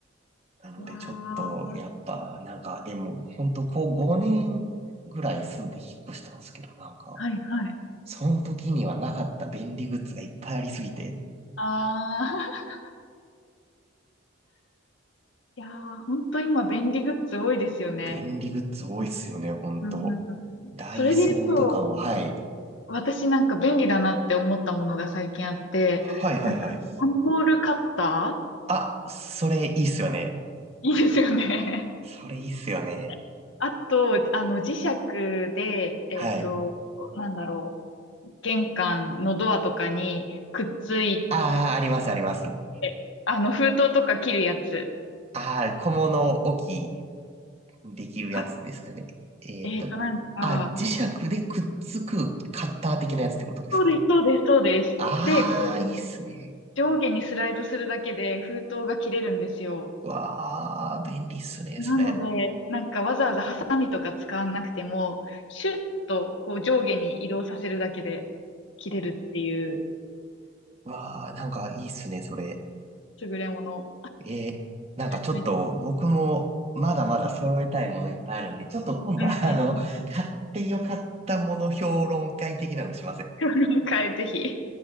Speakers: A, on the right; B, on the left.
A: なのでちょっとやっぱなんかでも本当こう5年ぐらい住んで引っ越したんですけど、
B: わあ。
A: なんか、
B: はい、はい。
A: その時にはなかった便利グッズがいっぱいありすぎて、
B: ああ。いやー、本当今便利グッズ多いですよね。
A: 便利グッズ多いっすよね、本当。
B: うん。
A: ダイソーとかも、
B: それで言うと、
A: はい。
B: 私なんか便利だなって思ったものが最近あって、
A: はいはいはい。
B: なんか、段ボールカッター
A: あ、それいいっすよね。
B: <laughs> いいですよね。
A: それいいっすよね。
B: <laughs> あと、あの、磁石で、えっと、
A: はい。
B: なんだろう、玄関のドアとかにくっつい
A: ああ、あります、あります。
B: て、あの、封筒とか切るやつ。
A: ああ、小物置きできるやつですかね。
B: あ、
A: えーっと、
B: えっと、なんか、
A: あ、磁石でくっつくカッター的なやつってことですかね。
B: そうです、そうです、そうです。
A: ああ、
B: で、こう、
A: いいっすね。
B: 上下にスライドするだけで封筒が切れるんですよ。
A: わあ、便利っすね、
B: なので、
A: それ。
B: なんかわざわざハサミとか使わなくても、シュッとこう上下に移動させるだけで切れるっていう
A: わあ、なんかいいっすね、それ。
B: 優れもの。
A: えーなんかちょっと僕もまだまだ揃えたいものいっぱいあるんで、
B: め
A: ちょっと今度はあの、
B: <laughs> うんうん。
A: 買ってよかったもの評論会的なのしません
B: <laughs> はい、ぜひ。